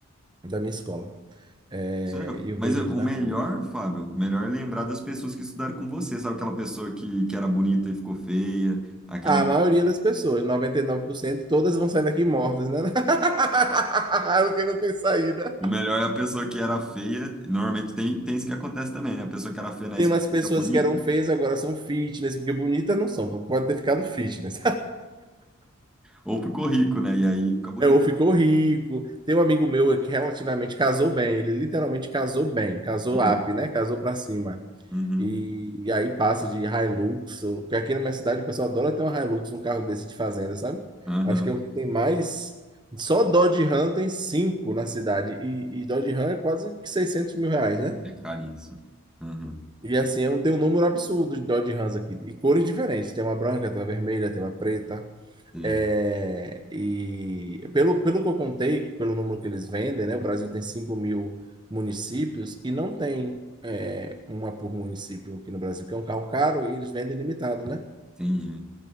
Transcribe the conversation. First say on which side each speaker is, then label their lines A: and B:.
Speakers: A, on the right; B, in the centre.
A: da minha escola. É,
B: Isso é legal.
A: e eu
B: Mas
A: vejo
B: eu-
A: eles
B: o
A: na
B: melhor,
A: rua.
B: Fábio, o melhor é lembrar das pessoas que estudaram com você, sabe? Aquela pessoa que, que era bonita e ficou feia, aquela
A: A maioria das pessoas, 99%, todas vão sair daqui mortas, né? <laughs> Porque não tem saída.
B: O melhor é a pessoa que era feia. Normalmente tem, tem isso que acontece também, né? A pessoa que era feia na
A: Tem
B: escola
A: umas pessoas
B: fica bonita.
A: que eram feias, agora são fitness, porque bonitas não são, pode ter ficado fitness.
B: Ou ficou rico, né? E aí fica bonito.
A: É, ou ficou rico. Tem um amigo meu que relativamente casou bem, ele literalmente casou bem, casou
B: Hum,
A: up, né? Casou pra cima.
B: Uhum.
A: E, e aí passa de Hilux, ou- porque aqui na minha cidade o pessoal adora ter um Hilux, um carro desse de fazenda, sabe?
B: Aham.
A: Acho que é o que tem mais. Só Dodge Ram tem cinco na cidade, e, e Dodge Ram é quase que 600 mil reais, né?
B: É caríssimo. Uhum.
A: E assim, é um- tem um número absurdo de Dodge Rams aqui, e cores diferentes: tem uma branca, tem uma vermelha, tem uma preta.
B: Sim,
A: É, e pelo, pelo que eu contei, pelo número que eles vendem, né, o Brasil tem cinco mil municípios e não tem é, uma por município aqui no Brasil, que é um carro caro e eles vendem limitado, né?
B: entendi.